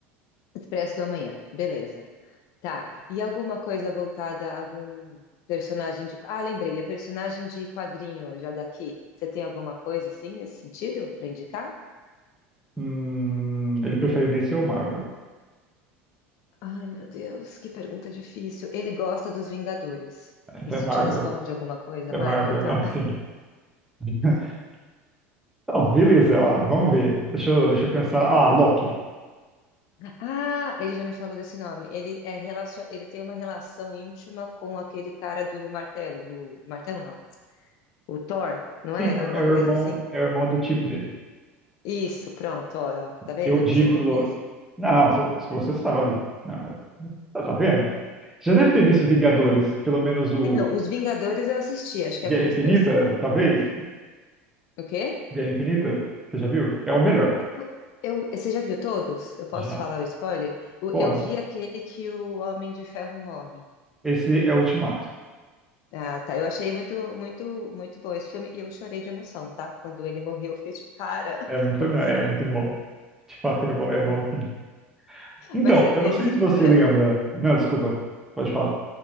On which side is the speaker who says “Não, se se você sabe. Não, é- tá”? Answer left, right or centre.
Centre